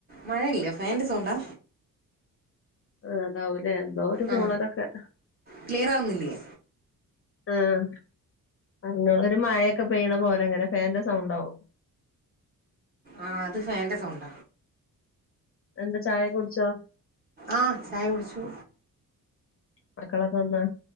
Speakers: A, on the right; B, on the left.
A: മഴ ഇല്ല ഫേന്റെ സൌണ്ടാ.
B: ആഹ് അതാവൂലേ എന്തോ ഒരു മൂളലൊക്കെ.
A: ആ ക്ലിയർ ആവുന്നില്ലേ
B: ആഹ് അങ്ങ ഒരു മഴയൊക്കെ പെയ്യ്ണ പോലെങ്ങനെ ഫേന്റെ സൗണ്ടാകും.
A: ആഹ് അത് ഫേന്റെ സൌണ്ട.
B: എന്ത് ചായ കുട്ച്ചോ?
A: ആഹ് ചായ കുട്ച്ചു.
B: മക്കളക്കെ വന്നോ?